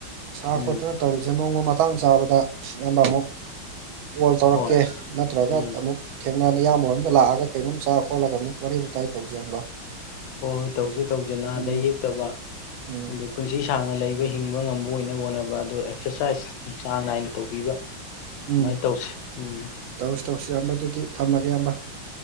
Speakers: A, on the right; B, on the left.
A: ꯁꯥ
B: ꯎꯝ
A: ꯈꯣꯠꯇꯅ ꯇꯧꯔꯤꯁꯦ ꯅꯣꯡꯃ ꯃꯇꯥꯡ ꯆꯥꯕꯗ ꯏꯌꯥꯝꯕ ꯑꯃꯨꯛ ꯀꯣꯜ ꯇꯧꯔꯛꯀꯦ
B: ꯍꯣꯏ
A: ꯅꯠꯇ꯭ꯔꯒ
B: ꯎꯝ
A: ꯑꯃꯨꯛ ꯊꯦꯡꯅꯔꯗꯤ ꯏꯌꯥꯝꯕ ꯍꯣꯏꯔꯣꯝꯗ ꯂꯥꯛꯑꯒ ꯀꯩꯅꯣꯝ ꯆꯥ ꯈꯣꯠꯂꯒ ꯑꯃꯨꯛ ꯋꯥꯔꯤ ꯋꯥꯇꯥꯏ ꯇꯧꯁꯤ ꯏꯌꯥꯝꯕ
B: ꯍꯣꯏ ꯍꯣꯏ ꯇꯧꯖꯦ ꯇꯧꯖꯦ ꯅꯥꯗ
A: ꯎꯝ
B: ꯌꯦꯛꯇꯕ
A: ꯎꯝ
B: ꯑꯗꯨ ꯄꯨꯟꯁꯤ ꯁꯥꯡꯅ ꯂꯩꯕ ꯍꯤꯡꯕ ꯉꯝꯕ ꯑꯣꯏꯅꯕ ꯍꯣꯠꯅꯕ ꯑꯗꯨ ꯑꯦꯛꯁꯔꯁꯥꯏꯁ ꯆꯥꯡ ꯅꯥꯏꯅ ꯇꯧꯕꯤꯕ ꯑꯗꯨꯃꯥꯏꯅ
A: ꯎꯝ
B: ꯇꯧꯁꯤ ꯎꯝ
A: ꯇꯧꯁꯤ ꯇꯧꯁꯤ ꯏꯌꯥꯝꯕ ꯑꯗꯨꯗꯤ ꯊꯝꯃꯒꯦ ꯏꯌꯥꯝꯕ